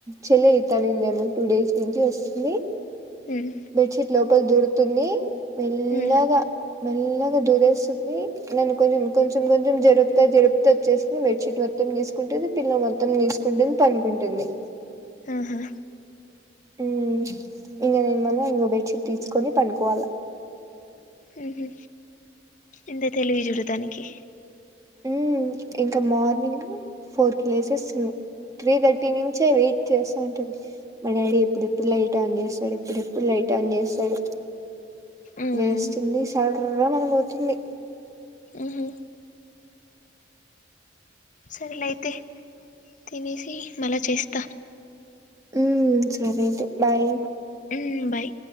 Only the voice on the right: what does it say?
చెలి అయితానిందేమో టూ డేస్ నుంచి వస్తుంది
బెడషీట్ లోప్ ప్పల్ దూరుతుంది మెల్లగా
మెల్లగా దూరేస్తుంది నన్ను కొంచెం కొంచెం కొంచెం జరుపుతా జరుపుతా వచ్చేస్తుంది బెడ్ షీట్ మొత్తం తీసుకుంటది పిల్ల మొత్తం నేసుకుంటది పనుకుంటుంది
ఉ ఇంగ నేను మళ్ళ ఇంగో బెడ్షీట్ తీసుకొని పనుకోవాలా
మ్మ్ ఇంకా మార్నింగ్ ఫోర్ కి లేసెసి త్రీ థర్టీ నుంచే వెయిట్ చేస్త్ అంటుంది మా డాడీ ఎప్పుడెప్పుడు లైట్ ఆన్ చేస్తాడు ఎప్పుడెప్పుడు లైట్ ఆన్ చేస్తాడు
లేస్తుంది సర్ టుర్రమన పోతుంది
ఉ సరే ఐతె బాయ్